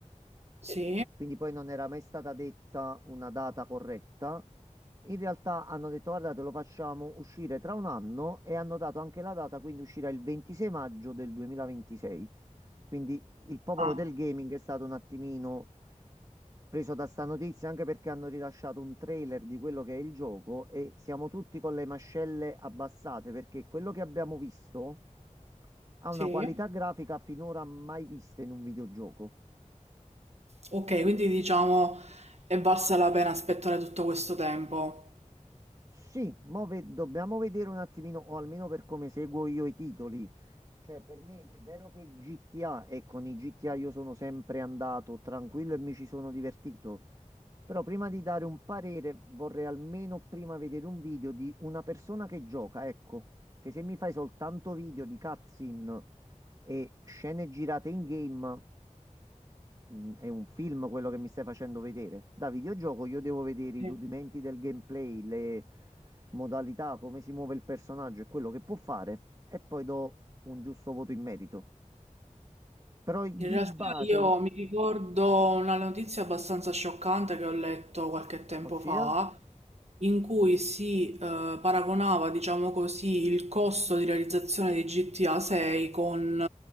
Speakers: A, on the right (about 55°); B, on the right (about 30°).
A: Sì,
B: quindi poi non era mai stata detta una data corretta. In realtà hanno detto, guardate, lo facciamo uscire tra un anno e hanno dato anche la data, quindi uscirà il 26 maggio del 2026. Quindi il popolo
A: ah,
B: del gaming è stato un attimino preso da sta notizia, anche perché hanno rilasciato un trailer di quello che è il gioco e siamo tutti con le mascelle abbassate, perché quello che abbiamo visto ha
A: sì.
B: una qualità grafica finora mai vista in un videogioco.
A: Ok, quindi diciamo è valsa la pena aspettare tutto questo tempo.
B: Sì, mo ve- dobbiamo vedere un attimino, o almeno per come seguo io i titoli. Cioè, per me è vero che GTA, e con i GTA io sono sempre andato tranquillo e mi ci sono divertito. Però prima di dare un parere, vorrei almeno prima vedere un video di una persona che gioca, ecco. Che se mi fai soltanto video di cutscene e scene girate in game. Mm, È un film quello che mi stai facendo vedere. Da videogioco io devo vedere i
A: Sì.
B: rudimenti del gameplay, le modalità, come si muove il personaggio e quello che può fare, e poi do un giusto voto in merito. Però i-
A: In
B: di
A: realtà
B: base,
A: io
B: in-
A: mi ricordo una notizia abbastanza scioccante che ho letto qualche tempo
B: ossia,
A: fa, in cui si eh, paragonava, diciamo così, il costo di realizzazione di GTA 6 con